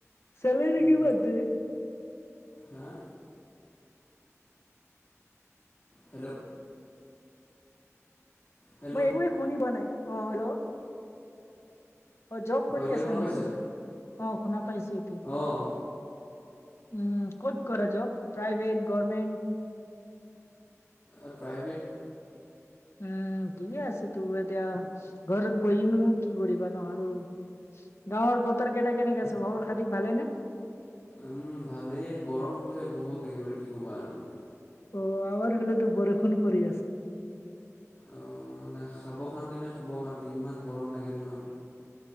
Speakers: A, on the left; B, on the left.
A: চেলৰী
B: উম,
A: কিমান দিয়ে?
B: হা? হেল্ল'। হেল্ল'
A: মই একোৱে শুনি পোৱা নাই অ' হেল্ল'। অ', জব
B: অঁ
A: কৰি
B: এতিয়া
A: আছা
B: শুনা
A: নে
B: পাইছে
A: কি? অ' শুনা পাইছো এতিয়া।
B: অঁ
A: উম, ক'ত কৰা জব প্ৰাইভেট গভৰ্মেণ্ট?
B: অ', প্ৰাইভেট।
A: উম, ঠিকে আছেতো এতিয়া ঘৰত বহিনো কি কৰিবা ন আৰু গাঁৱৰ বতৰ কেইটা কেনেকে আছে খবৰ খাতি ভালেই নে?
B: উম, ভালেই গৰমটোহে বহুত একেবাৰে কি ক'বা আৰু।
A: অ', আমাৰ ফালেতো বৰষুণ পৰি আছে।
B: অ', না খাব শান্তি না শুব শান্তি ইমান গৰম লাগে নহয়।